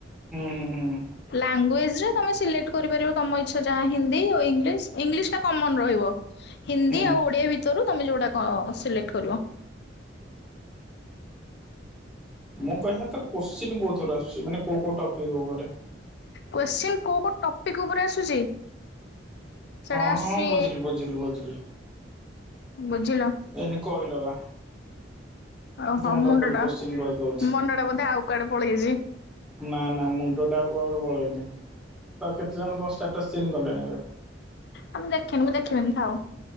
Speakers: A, in the centre; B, on the left.
A: ହୁଁ ହୁଁ ହୁଁ।
B: ଲାଙ୍ଗୁଏଜରେ ତମେ ସିଲେକ୍ଟ କରିପାରିବ ତମ ଇଛା ଯାହା ହିନ୍ଦିୀ, ଇଂଲିଶ, ଇଂଲିଶ ଟା କମନ ରହିବ। ହିନ୍ଦୀ
A: ହୁଁ।
B: ଆଉ ଓଡିଆ ଭିତରୁ ତମେ ଯୋଉଟା ସିଲେକ୍ଟ କରିବ।
A: ମୁଁ କହିବା କଥା କୋଶ୍ଚିନ୍ କୋଉ ଥର ଆସୁଛି ମାନେ କୋଉ କୋଉ ଟପିକ ଉପରେ।
B: କୋଶ୍ଚିନ କୋଉ କୋଉ ଟପିକ ଉପରେ ଆସୁଛି। ସେଟା
A: ହଁ
B: ଆସୁଛି
A: ହଁ ବୁଝିଲି ବୁଝିଲୁ ବୁଝିଲି।
B: ବୁଝିଲ।
A: ଏଇନେ କହିଲ ବା।
B: ଓହୋ
A: ତମକୁ ଡବଲ
B: ମୁଣ୍ଡଟା।
A: କୋଶ୍ଚିନ୍ କରିଦଉଛି।
B: ମନଟା ବୋଧେ ଆଉ କୁଆଡେ ପଳେଇଛି।
A: ନା ନା ମୁଣ୍ଡ ଟା ଆଉ କଉଡେ ପଳେଇନି। ଆଉ କେତେ ଜଣ ଦଶଟା କୋସଚିନି କଲେଣି ଏବେ।
B: ଆ ମୁଁ ଦେଖିନି ମୁଁ ଦେଖିବିନି ଥାଉ।